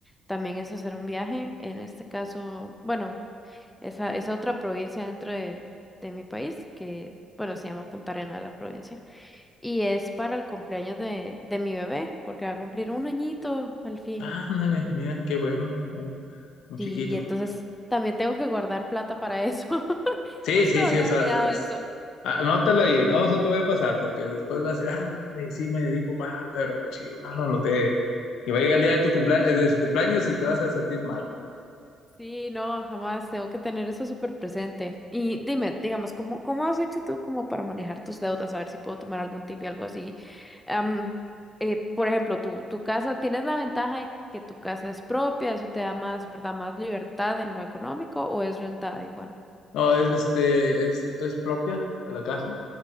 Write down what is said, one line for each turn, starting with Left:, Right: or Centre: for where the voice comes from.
Centre: también es hacer un viaje. En este caso, bueno, esa, esa otra provincia dentro de, de mi país que, bueno, se llama Punta Arenas la provincia. Y es para el cumpleaños de, de mi bebé, porque va a cumplir un añito al fin.
Left: Ándale, mira, qué bueno, muy, muy
Centre: Sí,
Left: chiquito.
Centre: entonces también tengo que guardar plata para eso. <laughs>
Left: Sí,
Centre: Justo
Left: sí,
Centre: había
Left: sí, o sea,
Centre: olvidado
Left: es-
Centre: eso.
Left: anótalo ahí, no se te va a pasar porque después vas a decir, ay, sí me dedico, ah, pero sí, no no lo anoté. Y va a llegar el día de tu cumpleaños, de su cumpleaños y te vas a sentir mal.
Centre: Sí, no, jamás tengo que tener eso súper presente. Y dime, digamos, ¿cómo, cómo has hecho tú como para manejar tus deudas? A ver si puedo tomar algún tip y algo así. Am, eh, por ejemplo, tu, tu casa, ¿tienes la ventaja de que tu casa es propia? ¿Eso te da más, verdad, más libertad en lo económico o es rentada igual?
Left: No, es este, es, es propia de la casa.